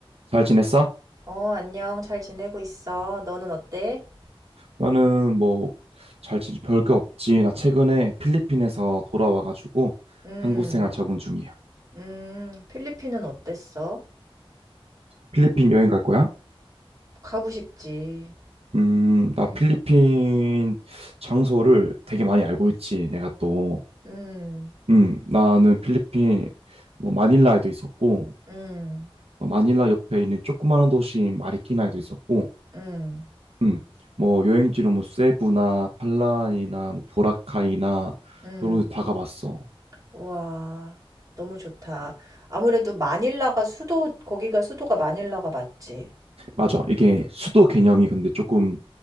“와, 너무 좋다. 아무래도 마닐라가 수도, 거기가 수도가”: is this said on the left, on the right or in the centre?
Right